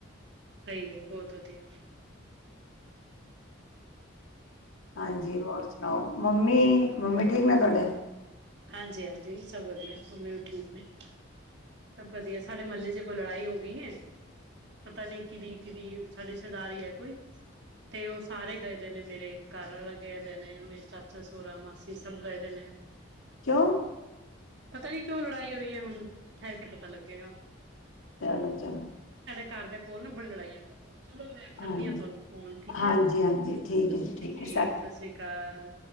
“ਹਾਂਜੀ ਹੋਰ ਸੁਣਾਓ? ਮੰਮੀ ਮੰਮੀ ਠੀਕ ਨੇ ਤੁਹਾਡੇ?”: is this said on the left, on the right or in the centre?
Left